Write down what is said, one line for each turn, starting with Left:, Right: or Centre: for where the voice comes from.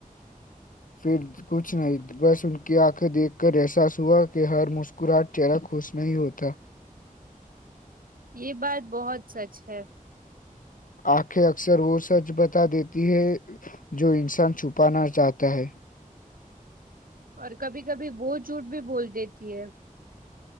Left: پھر کچھ نہیں بس ان کی آنکھیں دیکھ کر احساس ہوا کہ ہر مسکراہٹ چہرہ خوش نہیں ہوتا
Right: یہ بات بہت سچ ہے
Left: آنکھیں اکثر وہ سچ بتا دیتی ہے جو انسان چھپانا چاہتا ہے
Right: اور کبھی کبھی بہت جھوٹ بھی بول دیتی ہے